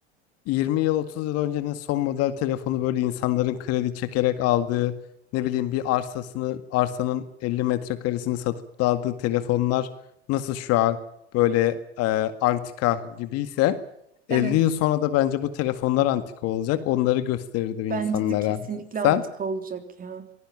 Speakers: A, on the left (about 45°); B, on the right (about 25°).
A: 20 yıl 30 yıl öncenin son model telefonu böyle insanların kredi çekerek aldığı ne bileyim bir arsasını arsanın 50 metrekaresini satıp da aldığı telefonlar nasıl şu an böyle e, antika gibiyse 50
B: Evet,
A: yıl sonra da bence bu telefonlar antika olacak onları gösterirdim insanlara.
B: bence de kesinlikle
A: Sen?
B: antika olacak ya.